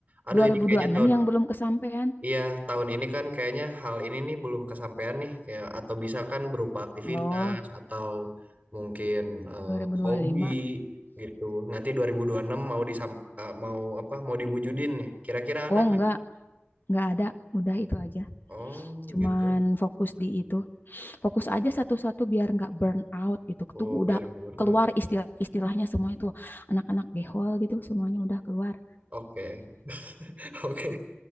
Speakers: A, on the right; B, on the left.
A: aduh
B: 2026
A: ini kayaknya tahun,
B: yang belum kesampaian.
A: iya tahun ini kan kayaknya hal ini nih belum kesampaian nih. Kayak atau bisa kan berupa aktivitas
B: Oh,
A: atau mungkin eh,
B: 2025.
A: hobi gitu. Nanti 2026 mau disam, eh, mau apa? Mau diwujudin nih. Kira-kira ada
B: Oh,
A: nggak?
B: enggak, enggak ada. Udah itu aja.
A: Oh
B: Cuman
A: gitu.
B: fokus di itu. Fokus aja satu-satu biar enggak burn out gitu.
A: Oh
B: Itu udah
A: biar nggak burnout.
B: keluar istilah istilahnya semua itu. Anak-anak gehol gitu semuanya udah keluar.
A: Oke. Oke,